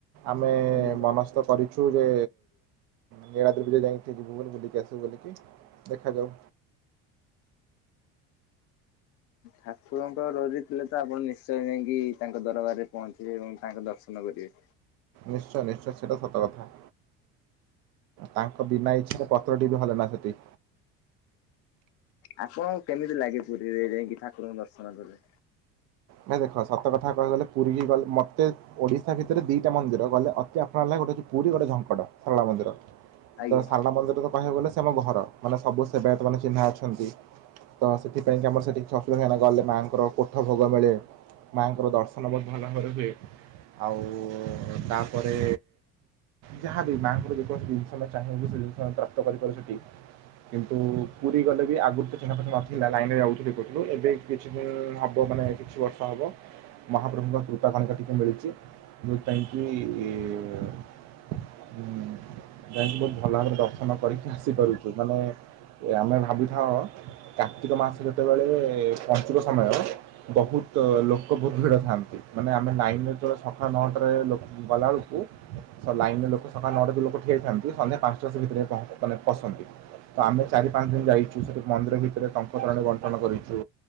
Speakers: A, on the right (about 60°); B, on the left (about 50°).
A: ଆମେ
B: ଆଜ୍ଞା।
A: ମନସ୍ଥ କରିଛୁ ଯେ ନୀଳାଦ୍ରି ବିଜେ ଯାଇଁକି ଯିବୁ ବୋଲି ବୁଲିକି ଆସିବୁ ବୋଲିକି ଦେଖାଯାଉ।
B: ଠାକୁରଙ୍କ ଡୋରି ଥିଲେ ତ ଆପଣ ନିଶ୍ଚୟ ଯାଇଁକି ତାଙ୍କ ଦରବାରରେ ପହଞ୍ଚିକି ତାଙ୍କ ଦର୍ଶନ କରିବେ।
A: ନିଶ୍ଚୟ ନିଶ୍ଚୟ ସେଇଟା ସତକଥା। ତାଙ୍କ ବିନା ଇଚ୍ଛାରେ ପତ୍ର ଟିଏ ବି ହଲେନା ସେଠି।
B: ଆପଣଙ୍କୁ କେମିତି ଲାଗେ ପୁରୀରେ ଯାଇଁକି ଠାକୁରଙ୍କୁ ଦର୍ଶନ କଲେ?
A: ଭାଇ ଦେଖ ସତ କଥା କହିବାକୁ ଗଲେ ପୁରୀକି ଗଲେ ମତେ ଓଡ଼ିଶା ଭିତରେ ଦିଟା ମନ୍ଦିର ଗଲେ ଅତି ଆପଣରା ଲାଗେ ଗୋଟେ ହଉଛି ପୁରୀ ଗୋଟେ ଝଙ୍କଡ଼ ସାରଳା ମନ୍ଦିର।
B: ଆଜ୍ଞା
A: ତ ସାରଳା ମନ୍ଦିରରେ କହିବାକୁ ଗଲେ ସେ ଆମ ଘର ମାନେ ସବୁ ସେବାୟତ ମାନେ ଚିହ୍ନା ଅଛନ୍ତି। ତ ସେଥିପାଇଁ କି ଆମର ସେଠି କିଛି ଅସୁବିଧା ହେଲା ଗଲେ ମାଆଙ୍କର କୋଠ ଭୋଗ ମିଳେ। ମାଆଙ୍କର ଦର୍ଶନ ବହୁତ୍ ଭଲ ଭାବରେ ହୁଏ। ଆଉ ତାପରେ ଯାହାବି ମାଆଙ୍କର ଯେକୌଣସି ଜିନିଷ ଟା ଚାହିଁଲେ ସେ ଜିନିଷ ପ୍ରାପ୍ତ କରିପାରୁ ସେଠି। କିନ୍ତୁ ପୁରୀ ଗଲେ ବି ଆଗୁରୁ ତ ଚ଼ିହ୍ନାପର୍ଚ ନଥିଲା। ଲାଇନରେ ଆଉଥିଲୁ ଇଏ କରୁଥିଲୁ। ଏବେ କିଛି ଦିନ ହେବ ମାନେ କିଛି ବର୍ଷ ହବ। ମହାପ୍ରଭୁଙ୍କ କୃପା କାମକା ଟିକେ ମିଳିଚି। ଯୋଉଥିପାଇଁ କିି ହୁଁ ଯାଇଁକି ବହୁତ ଭଲ ଭାବରେ ଦର୍ଶନ କରିକି ଆସିପାରୁଚୁ ମାନେ ଆମେ ଭାବିଥାଉ କାର୍ତ୍ତିକ ମାସ ଯେତେବେଳେ ପଞ୍ଚୁକ ସମୟ ବହୁତ୍ ଲୋକ ବହୁତ୍ ଭିଡ଼ ଥାନ୍ତି ମାନେ ଆମେ ନାଇନ୍ ରେ ଯେତେବେଳେ ସକାଳ ନଅଟାରେ ଗଲାବେଳୁକୁ ସ ଲାଇନ ରେ ଲୋକ ସକାଳ ନଅଟାରେ ଯେଦି ଲୋକ ଠିଆହେଇଥାନ୍ତି ସନ୍ଧ୍ୟା ପାଞ୍ଚଟା ରେ ସେ ଭିତରେ ପହଞ୍ଚ ମାନେ ପଶନ୍ତି। ତ ଆମେ ଚାରି ପାଞ୍ଚ ଦିନ ଯାଇଛୁ। ସେଠି ମନ୍ଦିର ଭିତରେ ଟଙ୍କ ତୋରାଣୀ ବଣ୍ଟନ କରିଛୁ